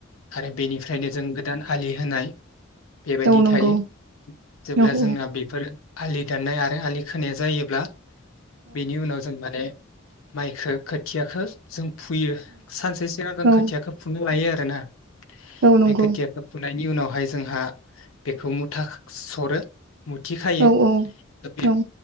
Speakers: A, on the left (about 85°); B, on the right (about 65°).
A: आरो बेनिफ्रायनो जों गोदान आलि होनाय बेबायदि
B: औ नंगौ
A: थायो जेब्ला
B: औ औ
A: जोंना बेफोर आलि दाननाय आरो आलि खोनाया जायोब्ला बेनि उनावलजों माने माने माइखौ खोथियाखौ जों फुयो सानसेसो आगोन
B: औ
A: खोथियाखौ फुना लायो आरो । दाना
B: औ नंगौ
A: बे खोथियाखौ फु फुनायनि उनावहाय जोंहा बेखौ मुथा सरो । मुथि खायो
B: औ
A: बे
B: औ